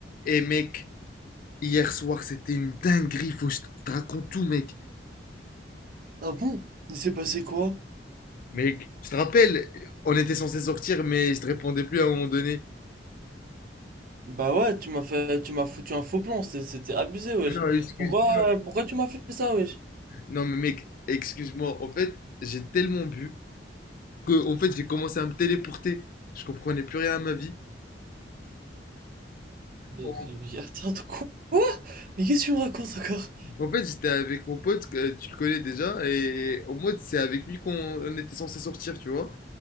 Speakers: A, on the left; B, on the right.
A: Et mec, hier soir, c'était une dinguerie. Faut que je te je te raconte tout, mec.
B: Ah bon? Il s'est passé quoi?
A: Mec, je te rappelle, on était censé sortir, mais je te répondais plus à un moment donné.
B: Bah ouais, tu m'as fait, tu m'as foutu un faux plan, c'est- c'était abusé, wesh.
A: Non, excuse-moi.
B: Pourquoi, pourquoi tu m'as fait ça, wesh?
A: Non, mais mec, excuse-moi. En fait, j'ai tellement bu que, en fait, j'ai commencé à me téléporter. Je comprenais plus rien à ma vie.
B: Mais,
A: En,
B: mais attends, de quoi? Mais qu'est-ce que tu me racontes encore?
A: en fait, j'étais avec mon pote, que tu le connais déjà, et en mode, c'est avec lui qu'on on était censé sortir, tu vois.